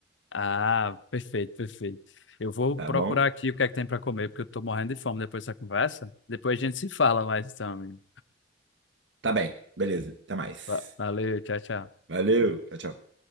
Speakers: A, on the left; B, on the right.
A: Ah, perfeito, perfeito. Eu vou
B: Tá
A: procurar
B: bom?
A: aqui o que é que tem para comer, porque eu tô morrendo de fome depois dessa conversa. Depois a gente se fala mais, então, amigo.
B: Tá bem, beleza. Até mais.
A: Va- Valeu, tchau, tchau.
B: Valeu, tchau, tchau.